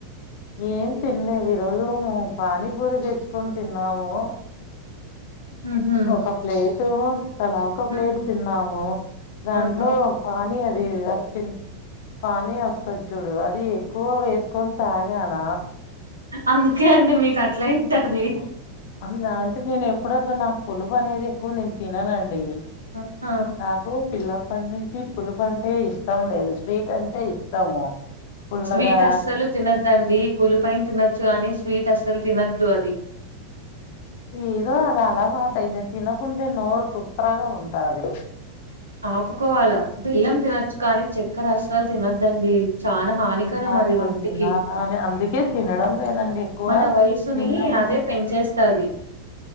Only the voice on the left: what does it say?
ఏం తినలేదు ఈరోజు పానీపూరి తెచ్ కొని తిన్నాము
ఒక ప్లేటు తలా ఒక ప్లేట్
తిన్నాము దాంట్లో
<unintelligible> గాన
<unintelligible>
నాకు పిల్లప్పటి నుంచి పులుపు అంటే ఇష్టం లేదు స్వీట్ అంటే ఇష్టము పుల్లగా
ఏదో అది అలావాటు <unintelligible> తినకుంటే నోరు తుత్రగా ఉంటది
తినాలా
తినాలా అని అందుకే తినడం లేదండి ఎక్కువ
నిన్న కూడా